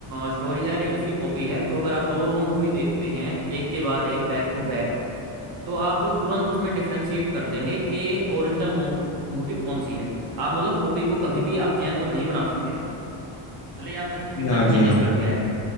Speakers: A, on the right; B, on the left.
A: स्टोरी है और एक उसकी कॉपी है तो अगर आप दोनों मूवी देखते हैं एक के बाद एक बैक टू बैक तो आप तुरंत उसमें डिफ्रेंशिएट कर देंगे कि ओरिजिनल मूवी कौन सी है आप मतलब कॉपी को कभी भी आप जेन्युइन नहीं बना सकते भले ही आपने उसमें
B: जी
A: कितना
B: हाँ
A: भी चेंजेस
B: जी हाँ
A: कर दिया है